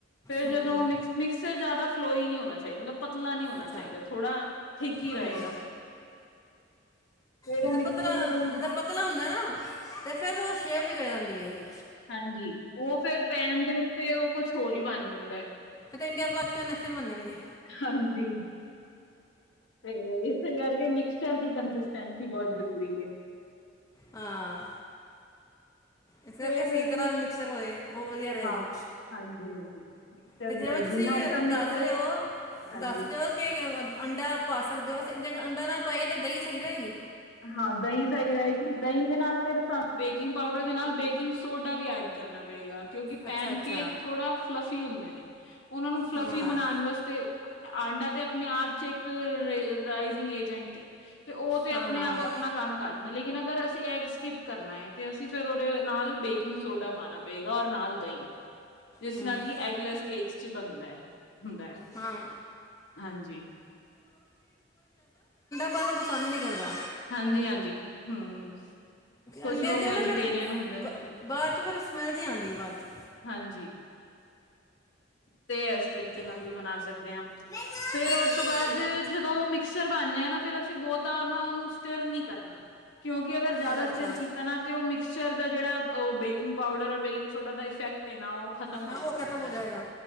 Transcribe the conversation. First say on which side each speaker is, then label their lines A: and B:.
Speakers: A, on the left; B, on the left.
A: ਫੇਰ
B: ਹੂੰ
A: ਜਦੋਂ ਮਿਕ ਮਿਕਸਚਰ ਜ਼ਿਆਦਾ <unintelligible> ਨੀ ਹੋਣਾ ਚਹੀਦਾ ਮਤਲਬ ਪਤਲਾ ਨਹੀਂ ਹੋਣਾ
B: ਅੱਛਾ
A: ਚਾਹੀਦਾ ਥੋੜਾ ਠੀਕ ਹੀ ਰਹੇਗਾ
B: ਹੂੰ-ਹੂੰ
A: ਫੇਰ
B: ਜਦੋਂ
A: ਉਹ ਮਿਕਸਚਰ
B: ਪਤਲਾ
A: ਜਦੋਂ
B: ਜਿਦਾਂ ਪਤਲਾ ਹੁੰਦਾ ਨਾ ਤੇ ਫੇਰ ਉਹ ਸ਼ੇਪ ਵਿਗੜ ਜਾਂਦੀ ਏ ਓਦੀ
A: ਹਾਂਜੀ ਉਹ ਫਿਰ ਪੈਣ ਦੇ ਉੱਤੇ ਔ ਕੁੱਛ ਹੋਰ ਹੀ ਬਣ ਜਾਂਦਾ ਐ।
B: ਫੇਰ ਤਾਂ ਇੰਡੀਆ ਪਾਕਿਸਤਾਨ ਨਸ਼ੇ ਬਣ ਜਾਣਗੇ
A: ਹਾਂਜੀ, ਤੇ ਇਸੇ ਕਰਕੇ ਮੀ ਚਰ ਦੀ ਕੰਸਿਸਟੈਂਸੀ ਬਹੁਤ ਜ਼ਰੂਰੀ ਹੈ। ਹੂੰ,
B: ਹਾਂ ਇਸ ਕਰਕੇ
A: ਫੇਰ
B: ਸਹੀ ਤਰ੍ਹਾਂ ਮਿਕਸਰ ਹੋਏ ਉਹ ਵਧੀਆ ਰਹੇਗਾ,
A: ਹਾਂ, ਹਾਂਜੀ, ਹਾਂਜੀ ਮਿਕਸਚਰ
B: ਤੇ ਜਿਵੇਂ ਤੁਸੀਂ
A: ਜਿੰਨਾ ਅੱਛਾ ਮਿਕਸਚਰ
B: ਦੱਸ ਰਹੇ ਹੋ
A: ਹਾਂਜੀ।
B: ਦੱਸ ਜਓ ਕਿ ਅੰਡਾ ਪਾ ਸਕਦੇ ਹੋ ਅਸੀਂ ਜੇ ਅੰਡਾ ਨਾ ਪਾਈਏ ਤੇ ਦਹੀਂ ਸਹੀ ਰਹੇਗੀ।
A: ਹਾਂ ਦਹੀਂ ਸਹੀ ਰਹੇਗੀ ਦਹੀਂ ਦੇ ਨਾਲ ਫਿਰ ਸਾਨੂੰ ਬੇਕਿੰਗ ਪਾਊਡਰ ਦੇ ਨਾਲ ਬੇਕਿੰਗ ਸੋਡਾ ਵੀ ਐਡ ਕਰਨਾ ਪਏਗਾ। ਕਿਉਂਕਿ ਪੈਨ
B: ਅੱਛਾ ਅੱਛਾ
A: ਕੇਕ ਥੋੜਾ ਫਲਾਫੀ ਹੁੰਦੇ ਨੇ, ਉਹਨਾਂ ਨੂੰ ਫਲਾਫੀ
B: ਹਾਂ
A: ਬਣਾਣ ਵਾਸਤੇ ਆਂਡਾ ਤੇ ਆਪਣੇ ਆਪ ਚ ਇਕ ਰੇ ਰਾਈਜਿੰਗ ਏਜੰਟ ਏ ਤੇ ਉਹ ਤੇ
B: ਹਾਂ
A: ਅ ਆਪਣੇ
B: ਹਾਂ
A: ਆਪ ਆਪਣਾ ਕੰਮ ਕਰ ਦਿੰਦਾ ਲੇਕਿਨ ਅਗਰ ਅਸੀਂ ਐਗ ਸਕਿਪ ਕਰਨਾ ਏ ਤੇ ਅਸੀਂ ਫੇਰ ਉਹਦੇ ਨਾਲ ਬੇਕਿੰਗ ਸੋਡਾ ਪਾਂਣਾ ਪਏਗਾ। ਔਰ ਨਾਲ ਦਹੀ, ਜਿਸ
B: ਹੂੰ
A: ਨਾਲ ਕਿ ਐਗਲੈਸ ਕੇਕਸ ਚ ਬਣਦਾ ਹੁੰਦਾ
B: ਹਾਂ
A: ਹਾਂਜੀ
B: ਖਾਣਾ ਪਸੰਦ ਨੀ ਕਰਦਾ।
A: ਹਾਂਜੀ-ਹਾਂਜੀ ਹੂੰ, ਕੁਛ
B: ਅੰਡਿਆਂ
A: ਲੋਕ
B: ਚੋਂ
A: ਵੈਜੀਟੇਰੀਅਨ
B: ਨਾ ਫਿਰ
A: ਹੁੰਦੇ
B: ਬਾਅਦ
A: ਆ,
B: ਚ, ਫਿਰ ਸਮੈਲ ਜਿਹੀ ਆਉਂਦੀ ਬਾਅਦ ਚੋਂ।
A: ਹਾਂਜੀ ਤੇ ਇਸ ਤਰੀਕੇ
B: ਚਲੋ
A: ਨਾਲ ਵੀ ਬਣਾ ਸਕਦੇ ਹਾਂ,
B: ਚ-
A: ਫੇਰ ਉਹ ਤੋਂ ਬਾਅਦ ਜਦੋਂ ਮਿਕਸਰ ਬਣ ਜਾ ਨਾ ਫਿਰ ਅਸੀਂ ਬਹੁਤਾ ਨਾ ਉਹਨੂੰ ਸਟਿਰ ਨੀ ਕਰਨਾ ਕਿਉਕਿ, ਅਗਰ ਜਿਆਦਾ
B: ਅੱਛਾ
A: ਸਟਰ
B: ਅੱਛਾ
A: ਕੀਤਾ ਨਾ ਤੇ, ਉਹ ਮਿਕਚਰ ਦਾ ਜਿਹੜਾ ਬੇਕਿੰਗ ਪਾਊਡਰ, ਬੇਕਿੰਗ ਸੋਡਾ ਦਾ ਇਫੈਕਟ ਨਾ ਉਹ ਖਤਮ ਹੋਣ
B: ਹਾਂ ਉਹ
A: ਲੱਗ
B: ਖਤਮ
A: ਜਾਂਦਾ।
B: ਹੋ ਜਾਏਗਾ